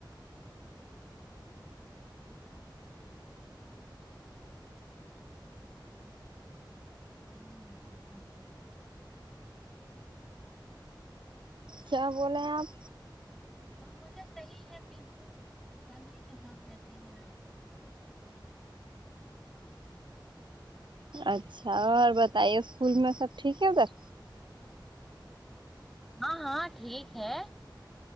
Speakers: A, in the centre; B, on the right.
A: <unintelligible>
B: کیا بولیں آپ
A: ہم بولے صحیح ہے پھر تو فیملی کے ساتھ رہتے ہیں آپ
B: اچھا اور بتائیے اسکول میں سب ٹھیک ہے ادھر
A: ہاں ہاں ٹھیک ہے